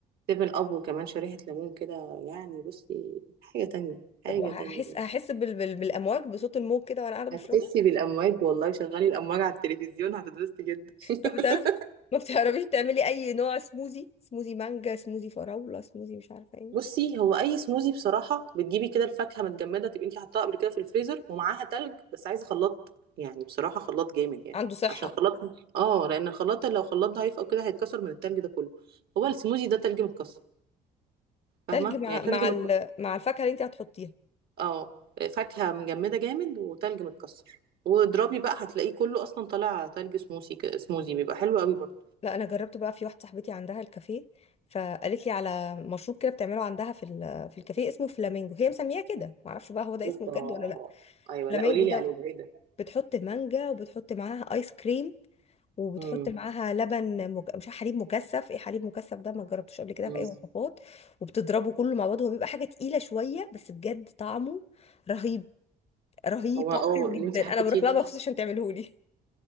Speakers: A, on the right (about 65°); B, on the left (about 40°).
A: سيفن اب وكمان شريحة ليمون كده يعني بصي حاجة تانية حاجة
B: طب هحس
A: تانية
B: هحس بال... بال... بالامواج بصوت الموج كده وانا قاعده بشربه
A: هتحسي بالأمواج والله شغلي الأمواج على التلفزيون هتتبسطي جدا
B: طب
A: <laughs>
B: بتعرفي ما بتعرفيش تعملي اي نوع سموزي سموزي مانجا سموزي فراولة سموزي مش عارفة ايه
A: بصي هو أي سموزي بصراحة بتجيبي كده الفاكهة متجمدة تبقي انتي حطاها قبل كده في الفريزر ومعاها تلج بس عايزة خلاط يعني بصراحة خلاط جامد يعني
B: عنده صحة
A: عشان خلاط اه لأن الخلاط لو خلاط ضعيف أو كده هيتكسر من التلج ده كله هو السموزي ده تلج متكسر فاهمة
B: تلج مع
A: يعني تلج
B: مع
A: متكسر
B: ال... مع الفاكهة اللي انت هتحطيها
A: اه فاكهة مجمدة جامد وتلج متكسر واضربي بقى هتلاقيه كله اصلا طالع تلج سموسي كده سموزي بيبقى حلو قوي برضه
B: لا انا جربت بقى في واحدة صاحبتي عندها الكافيه فقالت لي على مشروب كده بتعمله عندها في ال... في الكافيه اسمه فلامينجو هي مسمياه كده ما اعرفش بقى هو ده
A: اوبا
B: اسمه بجد ولا لا
A: ايوه
B: فلامينجو
A: لا قولي
B: ده
A: لي عليه ده ايه ده
B: بتحط مانجا وبتحط معاها ايس كريم وبتحط
A: امم
B: معاها لبن مك... مش عارفة حليب مكثف ايه حليب مكثف ده ما جربتوش قبل كده
A: أمم.
B: في اي وصفات وبتضربه كله مع بعض هو بيبقى حاجه تقيله شويه بس بجد طعمه رهيب رهيب
A: هو
B: طعمه
A: اه
B: حلو جدا
A: اللي انت حكيتيه
B: انا بروح لها
A: ده
B: مخصوص عشان تعمله لي